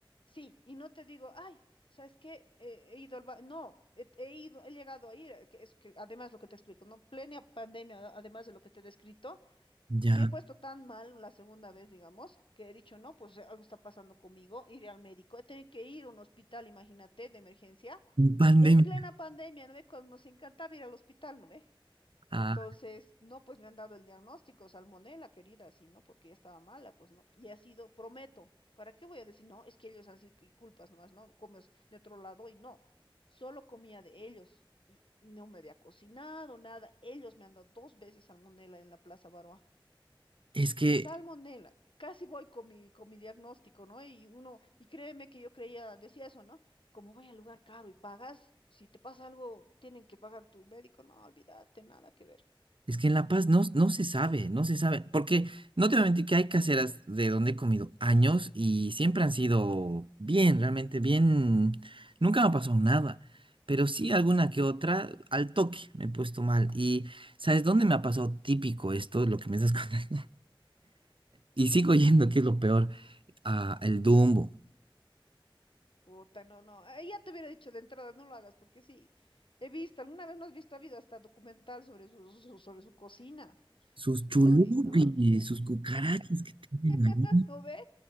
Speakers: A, on the left; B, on the right.
A: sí, y no te digo, ay, ¿sabes qué? Eh, he ido al ba-". no, he, he ido, he llegado a ir, eh, que es que además lo que te explico, ¿no? Plena pandemia, a- además de lo que te he descrito,
B: Ya.
A: me he puesto tan mal la segunda vez, digamos, que he dicho, no, pues eh, algo está pasando conmigo, iré al médico, he tenido que ir a un hospital, imagínate, de emergencia,
B: Pandemia.
A: en plena pandemia, ¿no ve? Cuando nos encantaba ir al hospital, ¿no ve?
B: Ah,
A: Entonces, no, pues me han dado el diagnóstico, salmonela, querida, sí, ¿no? Porque ya estaba mala, pues, ¿no? Y ha sido, prometo, ¿para qué voy a decir, no, es que ellos han sido y culpas nomás, no, comes de otro lado y no, solo comía de ellos y no me había cocinado nada, ellos me han dado dos veces salmonela en la Plaza Baroa.
B: es que
A: Salmonela, casi voy con mi, con mi diagnóstico, ¿no? Y uno, y créeme que yo creía, decía eso, ¿no? Como voy al lugar caro y pagas, si te pasa algo, tienen que pagar tu médico, no, olvídate, nada que ver.
B: Es que en La Paz no, no se sabe, no se sabe, porque no te voy a mentir que hay caseras de donde he comido años y siempre han sido bien, realmente bien, nunca me ha pasado nada, pero sí alguna que otra al toque me he puesto mal y ¿sabes dónde me ha pasado típico esto, lo que me estás <laughs> contando? Y sigo yendo, que es lo peor, a el Dumbo,
A: Puta, no, no. ahí ya te hubiera dicho de entrada, no lo hagas, porque sí, he visto, alguna vez no has visto, ha habido hasta documental sobre su, su- sobre su cocina,
B: sus
A: ¿no?
B: chulupis,
A: Y no, olvidad.
B: sus cucarachas que tienen ahí.
A: <laughs> ¿No ve?